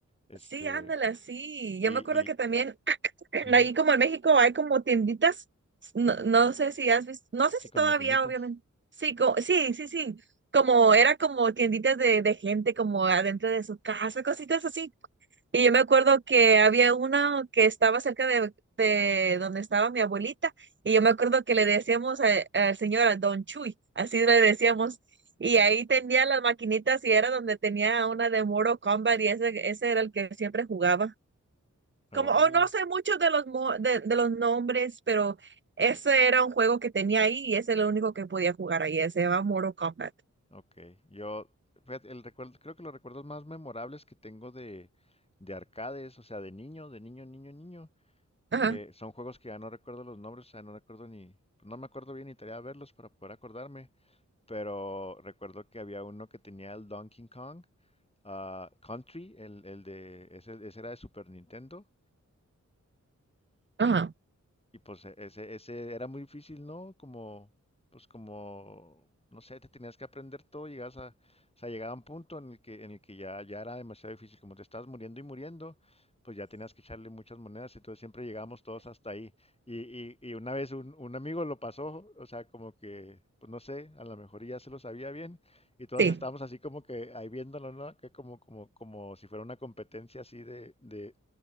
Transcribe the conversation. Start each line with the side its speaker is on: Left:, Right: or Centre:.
Left: Este,
Right: Sí, ándala, sí.
Left: y,
Right: Yo me acuerdo
Left: y
Right: que también,
Left: ujú,
Right: Aquí como en México hay como tienditas, no, no sé si has visto, no sé
Left: sí,
Right: si
Left: con
Right: todavía,
Left: maquinitas.
Right: obviamente. Sí, co- sí, sí, sí. Como era como tienditas de, de gente como adentro de su casa, cositas así. Y yo me acuerdo que había una que estaba cerca de, de donde estaba mi abuelita, y yo me acuerdo que le decíamos a- al señor, al Don Chuy, así le decíamos, y ahí tenía las maquinitas y era donde tenía una de Mortal Kombat y ese, ese era el que siempre jugaba.
Left: Órale.
Right: Como, o no sé mucho de los, mo- de, de los nombres, pero ese era un juego que tenía ahí y ese es lo único que podía jugar ahí. Se llama Mortal Kombat.
Left: Ok, yo, fíjate, el recuerdo, creo que los recuerdos más memorables que tengo de, de arcades, o sea, de niño, de niño, niño, niño,
Right: Ajá,
Left: eh, son juegos que ya no recuerdo los nombres, o sea, no recuerdo ni, pues, no me acuerdo bien ni tarea de verlos para poder acordarme, pero recuerdo que había uno que tenía el Donkey Kong, ah, Country, el, el de, ese, ese era de Super Nintendo,
Right: ajá,
Left: y pues e- ese, ese era muy difícil, ¿no? Como, pues como, no sé, te tenías que aprender todo, llegabas a, o sea, llegaba un punto en el que, en el que ya, ya era demasiado difícil, como te estabas muriendo y muriendo, pues ya tenías que echarle muchas monedas, entonces siempre llegábamos todos hasta ahí. Y, y, y una vez un, un amigo lo pasó, o sea, como que, pues no sé, a lo mejor ya se lo sabía bien, y todos
Right: sí.
Left: estábamos así como que ahí viéndolo, ¿no? Que como, como, como si fuera una competencia así de de,